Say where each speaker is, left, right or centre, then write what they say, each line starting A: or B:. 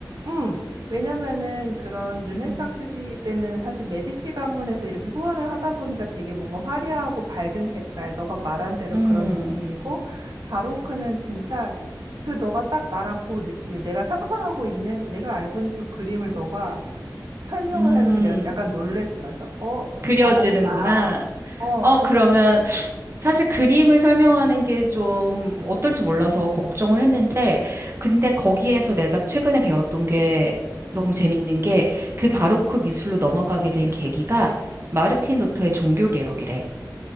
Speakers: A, on the right (about 65°); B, on the right (about 40°).
A: 음, 왜냐면은 그런 르네상스
B: 음.
A: 시대는 사실 메디치 가문에서 이렇게 후원을 하다 보니까 되게 뭔가 화려하고 밝은 색깔, 너가 말한 대로
B: 음.
A: 그런 느낌이고, 바로크는 진짜 그 너가 딱 말한 그 느낌이 내가 상상하고 있는 그 내가 알고 있는 그 그림을 너가 설명을
B: 음.
A: 하면서 내가 약간 놀랬어. 그래서 어
B: 그려지는구나.
A: 잘한다. 어
B: 어,
A: 그려져.
B: 그러면 사실 그림을 설명하는 게 좀 어떨지 몰라서 걱정을 했는데, 근데 거기에서 내가 최근에 배웠던 게 너무 재밌는 게 그 바로크 미술로 넘어가게 된 계기가 마르틴 루터의 종교개혁이래.